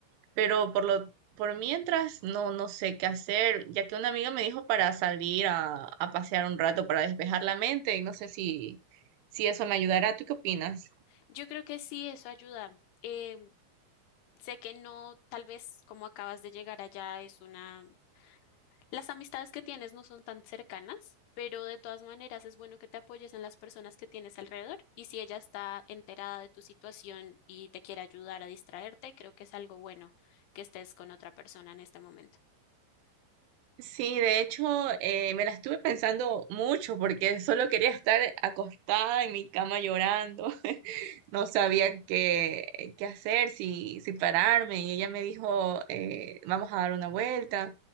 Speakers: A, on the right; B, on the left.
A: Pero por lo, por mientras no, no sé qué hacer, ya que una amiga me dijo para salir a, a pasear un rato para despejar la mente y no sé si, si eso me ayudará. ¿Tú qué opinas?
B: Yo creo que sí, eso ayuda. Em, sé que no, tal vez como acabas de llegar allá es una Las amistades que tienes no son tan cercanas, pero de todas maneras es bueno que te apoyes en las personas que tienes alrededor y si ella está enterada de tu situación y te quiere ayudar a distraerte, creo que es algo bueno que estés con otra persona en este momento.
A: Sí, de hecho, eh, me la estuve pensando mucho porque solo quería estar acostada en mi cama llorando. <laughs> No sabía qué, eh, qué hacer, si, si pararme. Y ella me dijo, eh, vamos a dar una vuelta,